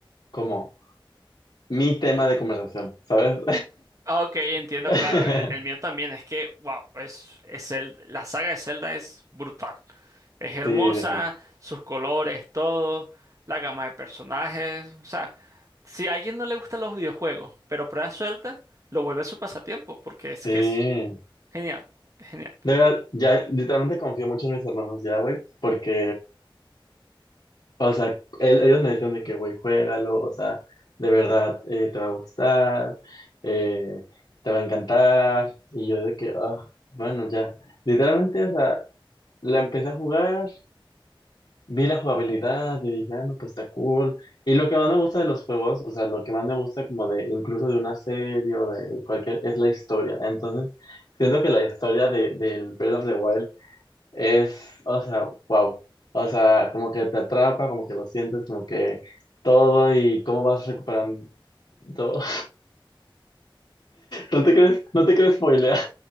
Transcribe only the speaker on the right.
Ok, entiendo,
claro. El, el mío también es que, wow, es, es el, la saga de Zelda es brutal. Es hermosa,
sus colores, todo, la gama de personajes. O sea, si a alguien no le gustan los videojuegos, pero prueba suelta, lo vuelve su pasatiempo, porque es
que es genial, es genial.